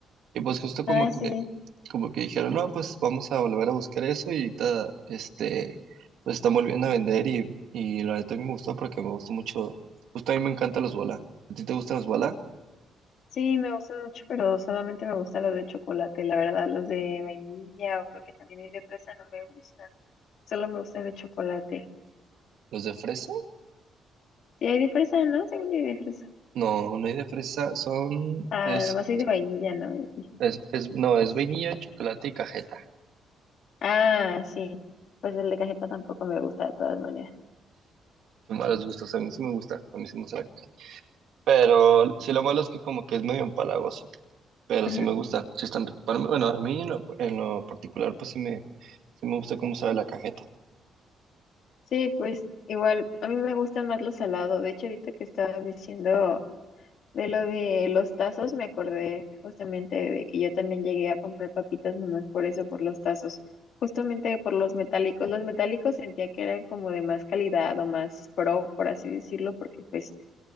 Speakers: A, on the right; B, on the left.
A: Y pues justo como
B: Ah,
A: que,
B: sí.
A: como que dijeron, no, pues vamos a volver a buscar eso y ahorita, este, pues están volviendo a vender y, y la neta a mí me gustó porque me gustó mucho, justo a mí me encantan los bola. ¿A ti te gustan los bola?
B: Sí, me gustan mucho, pero solamente me gustan los de chocolate, la verdad, los de vainilla o creo que también hay de fresa, no me gustan. Solo me gustan de chocolate.
A: ¿Los de fresa?
B: Sí, hay de fresa, ¿no? Según yo hay de fresa.
A: No, no hay de fresa, son,
B: Ah,
A: es,
B: nomás hay de vainilla, ¿no? Y-
A: es, es- no, es vainilla, chocolate y cajeta.
B: Ah, sí. Pues el de cajeta tampoco me gusta de todas maneras.
A: Qué malos gustos, a mí sí me gusta, a mí sí me gusta la cajeta. Pero sí lo malo es que como que es medio empalagoso, pero
B: <clears throat>
A: sí me gustan, sí están, ricos. para mí, bueno, a mí en lo, en lo particular pues sí me, sí me gusta cómo sabe la cajeta.
B: Sí, pues igual, a mí me gusta más lo salado. De hecho, ahorita que estaba diciendo De lo de los tazos me acordé justamente de que yo también llegué a comprar papitas nomás por eso, por los tazos, justamente por los metálicos. Los metálicos sentía que eran como de más calidad o más pro, por así decirlo, porque pues